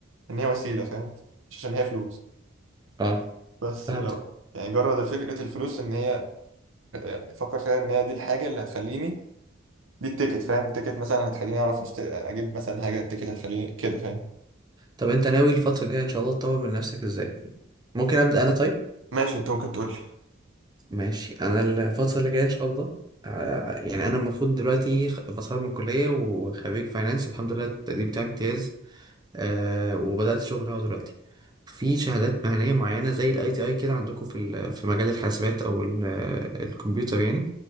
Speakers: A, on the right; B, on the right.
A: ان هي وسيله فاهم مش عشان هي فلوس
B: اه
A: بس
B: فهمتك
A: لو يعني جرد فكره الفلوس ان هي فكر فيها ان هي دي الحاجه اللي هتخليني دي التيكت فاهم التيكت مثلا هتخليني اعرف أشت... اجيب مثلا حاجه التيكت هتخليني كده فاهم
B: طب انت ناوي الفترة الجاية ان شاء الله تطور من نفسك ازاي ممكن ابدأ انا طيب
A: ماشي انت ممكن تقول لي
B: ماشي انا الفترة اللي جاية ان شاء الله ع- يعني انا المفروض دلوقتي خ- بتخرج من الكلية وخريج فاينانس الحمد لله التقدير بتاعي امتياز آه وبدأت شغل اهو دلوقتي في شهادات مهنية معينة زي الاي تي اي كده عندكم في ال- في مجال الحاسبات او ال- الكمبيوتر يعني